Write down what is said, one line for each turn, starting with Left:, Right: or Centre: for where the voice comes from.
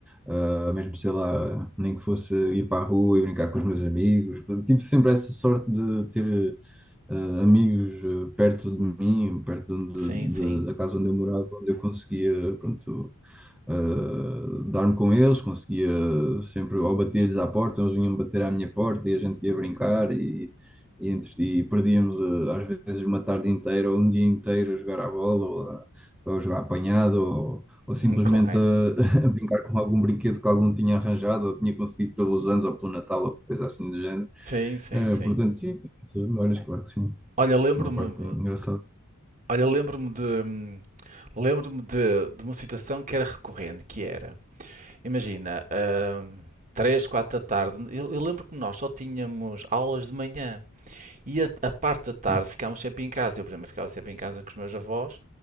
Centre: Ah, mesmo sei lá, nem que fosse ir para a rua e brincar com os meus amigos. Tive sempre essa sorte de ter eh, amigos eh, perto de mim, perto de,
Right: Sim,
Centre: onde-
Right: sim,
Centre: de- da casa onde eu morava, onde eu conseguia, pronto, eh, dar-me com eles, conseguia sempre, ou bater-lhes à porta, eles vinham bater à minha porta e a gente ia brincar e, e, entre- e perdíamos eh, às vezes uma tarde inteira ou um dia inteiro a jogar à bola ou a, ou a jogar apanhado ou, ou simplesmente
Right: <laughs> claro.
Centre: a, <laughs> a brincar com algum brinquedo que algum tinha arranjado ou tinha conseguido pelos anos ou pelo Natal ou coisa assim do género.
Right: Sim, sim,
Centre: Eh,
Right: sim.
Centre: portanto, sim, essas memórias, claro que sim.
Right: Olha, lembro-me,
Centre: Uma parte engraçada.
Right: olha, lembro-me de, hum, Lembro-me de, de uma situação que era recorrente, que era, imagina, ah, três, quatro da tarde, eu, eu lembro que nós só tínhamos aulas de manhã e a, a parte da tarde
Centre: Sim,
Right: ficámos sempre em casa. Eu, por exemplo, ficava sempre em casa com os meus avós,